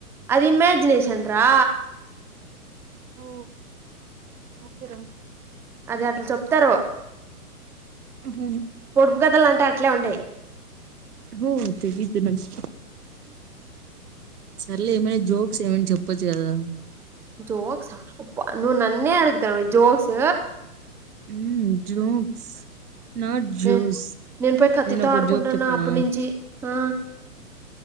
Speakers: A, in the centre; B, on the right.
A: అది ఇమాజినేషన్ రా
B: ఓ ఓకే రా
A: అది అట్లు చెప్తారు
B: ఉహో
A: పొడుపు కథలు అంటే అట్లే ఉంటాయి.
B: బు తెదితే నంచు సరేలే ఏమైనా జోక్స్ ఏమైనా చెప్పొచ్చు కదా
A: జోక్స్ అప్ప నువ్ నన్నే అడుగుతావ జోక్స్
B: ఉ జోక్స్ నాట్ జోస్
A: మ్ నేను పో కత్తితో
B: ఒక
A: ఆడుకుంటాన్నా
B: జోక్ చెప్పనా
A: అప్పటి నుంచి ఆ